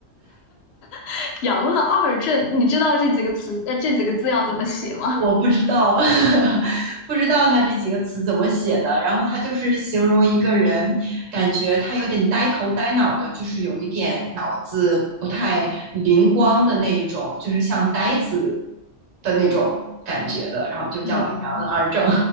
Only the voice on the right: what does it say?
<laughs> 我不知道 <laughs> 不知道他这几个词怎么写的。然后他就是形容一个人，感觉他有点呆头呆脑的，就是有一点脑子不太灵光的那一种，就是像呆子的那种感觉的，然后就叫“阳了二正”